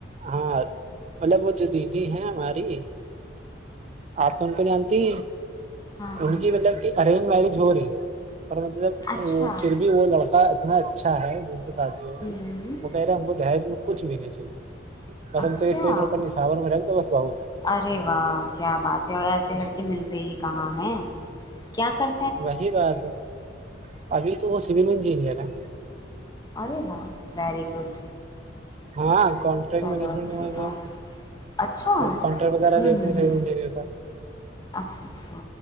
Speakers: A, on the right; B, on the left.
A: ہاں مطلب وہ جو دیدی ہیں ہماری آ تون کو جتی
B: ہاں
A: ان
B: ہاں
A: کی مطلب کہ ارینج میرج ہو رہی ہے پر مطلب
B: اچھا
A: وہ پھر بھی وہ لڑک کا اتنا اچھا ہے دن سے شادی ہو رہی
B: ہوں
A: ہے کہے ہم کو دہج میں کچ بھی نہیں چاہیے بس
B: اچھا
A: ہم کو ایک سو ایک روپے نشاور میں رکھ دو بس بہت ہے
B: ارے واہ کیا بات ہے ایسے لڑکے ملتے ہی کہاں ہیں کیا کر
A: وہی بات ہے ابھی تو وہ سول انجینئر ہے
B: ارے وا ویری گڈ
A: ہاں کانٹریکٹ
B: چلو
A: مینجمنٹالٹر
B: اچھی بات اچھا ہوں
A: کانٹرٹ وغیرہ
B: ہوں
A: دیتے س
B: ہوں
A: ان کا
B: اچھا اچھا